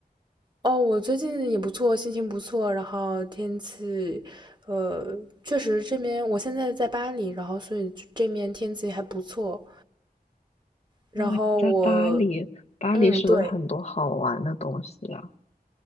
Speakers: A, on the right; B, on the left.
A: 哦，我最近也不错，心情不错，然后天气，呃，确实这边我现在在巴黎，然后所以这这面天气还不错。然后我，
B: 哇，你在巴黎，巴黎是不是很多好玩的东西啊？
A: 嗯，对，